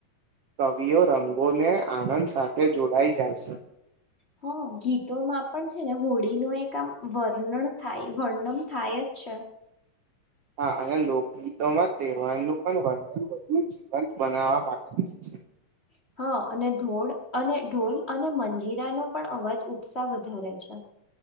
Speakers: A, on the right; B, on the left.
A: કવિઓ રંગોને આનંદ સાથે જોડાઈ જા
B: હા ગીતોમાં પણ છે ને હોળીનું એક આમ વર્ણન થાય વર્ણન થાય જ છે
A: હા અને લોકગીતોમાં તહેવારનું પણ વંદન વધુ જીવંત બનાવવા માંગ છે
B: <inaudible> હા અને ઢોળ અને ઢોલ અને મંજીરાનો પણ અવાજ ઉત્સાહ વધારે છે